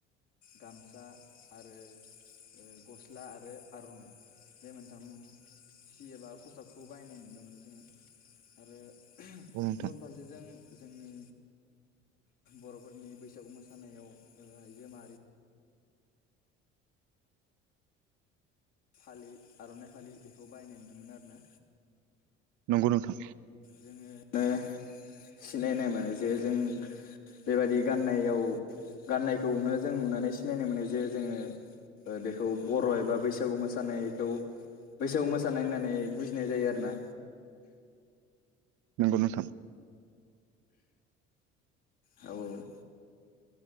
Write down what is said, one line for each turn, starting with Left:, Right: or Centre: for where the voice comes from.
Left: गामसा आरो ओ गस्ला आरो आरनाइ बे मोनथाम सि एबा खसाबखौ बायनाय नुनो मोनो जोङो आरो
Right: औ नोंथां
Left: गुबुन फारसेजों जोंनि बर'फोरनि बैसागु मोसानायाव ओ आइजो माहारि फालि आर'नाइ फालि बेखौ बाहायनाय नुनो मोनो आरोना।
Right: नंगौ नोंथां
Left: जोङो सिनायनाय मोनो जे जों बेबायदि गाननायाव गाननायखौनो जों नुनानै सिनायनो मोनो जे जोङो ओ बेखौ बर' एबा बै सागु मोसानायखौ बैसागु मोसानाय होननानै बुजिनाय जायो आरो ना।
Right: नंगौ नोंथां
Left: औ औ